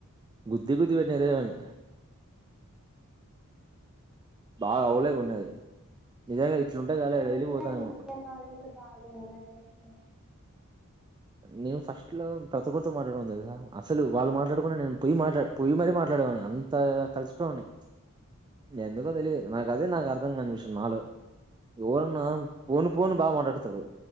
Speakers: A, on the right; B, in the centre.
A: గుద్ది గుద్ది పెట్టిరోజ అని బాగా అయవలై గా యన్నది నిజంగా ఇట్లుంటే కాలే
B: నేను
A: డైలీ
B: కూడ
A: పోతానేమో
B: ఈ మధ్య కాలేజ్ లో బాగా ఎంజాయ్ చేస్తున
A: నేను ఫస్ట్ లో ప్రతికరితో మాట్లాడను తెసా అసలు వాళ్ళు మాట్లాడుకున్నా నేను పొయి మాట్లా పొయ్యి మరీ మాట్లాడేవాని అంత కలిసిపోవాని ఎందుకో తెలియదు నాకు అదే నాకు అర్థం కాని విషయం నాలో ఎవరన్నా పోను పోను బాగా మాట్లాడుత తారు